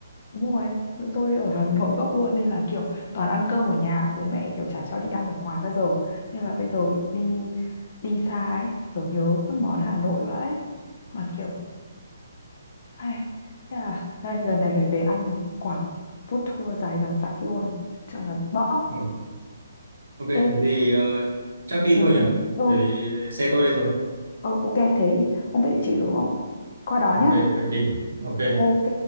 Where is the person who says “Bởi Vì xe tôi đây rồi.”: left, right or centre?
Right